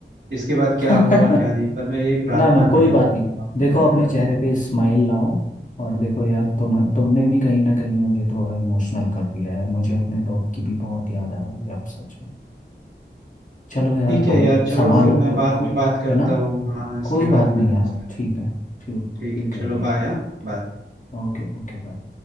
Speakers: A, on the right; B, on the left.
A: इसके बाद
B: <laughs>
A: क्या होगा क्या नहीं पर मैं यही प्रार्थना
B: ना ना कोई
A: कर
B: बात
A: रहा हूँ
B: नहीं
A: और क्या
B: देखो
A: है
B: अपने चेहरे पे स्माइल लाओ और देखो यार तुम तुमने भी कहीं ना कहीं मुझे थोड़ा इमोशनल कर दिया यार मुझे अपने डॉग की भी बहुत याद आ रही है अब सच में चलो यार
A: ठीक
B: भाई
A: है यार चलो
B: संभालो
A: फिर मैं
B: खुद
A: बाद
B: को
A: में बात करता
B: है ना
A: हूँ हाँ इसके
B: कोई
A: बारे
B: बात
A: में
B: नहीं
A: तुमसे
B: यार ठीक है ठीक
A: ठीक
B: ठीक
A: है
B: है
A: चलो
B: भाई ठीक,
A: बाय हाँ बाय
B: Okay okay bye